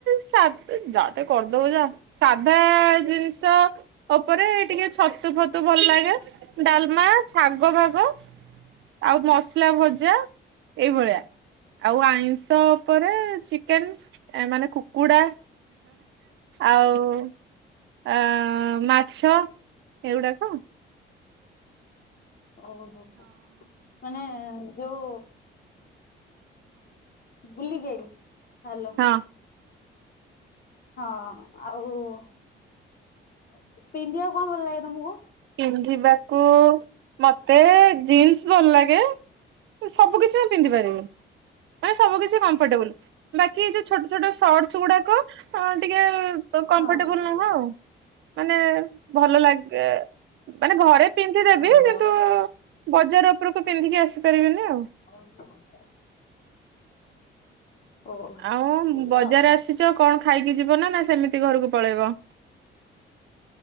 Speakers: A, on the right; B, on the left.
A: ସା ଯା ଟିକେ କରିଦବ ଯା ସାଧା ଜିନିଷ ଓପରେ ଟିକେ ଛତୁ ଫତୁ ଭଲ ଲାଗେ ଡାଲମା, ଶାଗ ଫାଗ ଆଉ ମସଲା ଭଜା ଏଇଭଳିଆ। ଆଉ ଆଇଁଷ ଓପରେ ଚି କେନ ମାନେ କୁକୁଡା ଆଉ ଆଁ ମାଛ ଏଉଡାକ।
B: ଓହୋ। ମାନେ ଯୋଉ ବୁଲିକି ଆଇଲି। ହାଲୋ।
A: ହଁ
B: ହଁ ଆଉ ପିନ୍ଧିବାକୁ କଣ ଭଲ ଲାଗେ ତମକୁ?
A: ପିନ୍ଧିବାକୁ ମତେ ଜିନ୍ସ ଭଲ ଲାଗେ। ସବୁ କିଛି ମୁଁ ପିନ୍ଧିପାରିବୁ ମାନେ ସବୁ କି କ ମ୍ଫର୍ଟେବୁଲ ବାକି ଯୋଉ ଛୋଟ ଛୋଟ ସର୍ଟସ ଗୁଡାକ ହଁ ଟିକେ
B: ହଁ
A: କମ୍ଫର୍ଟେବୁଲ ନୁହଁ ଆଉ ମାନେ ଭଲ ଲାଗେ। ମାନେ ଘରେ ପିନ୍ଧି ଦେବି
B: ହଁ
A: କିନ୍ତୁ ବଜାର ଉପରକୁ ପିନ୍ଧିକି ଆସିପାରିବିନି ଆଉ।
B: ହୋଉ ରୁହ। ଓହୋ
A: ଆଉ
B: ସେଇଆ
A: ବଜାର
B: ଆଉ
A: ଆସିଚ କଣ ଖାଇକି ଯିବନା ନା ସେମିତି ଘରକୁ ପଳେଇବ?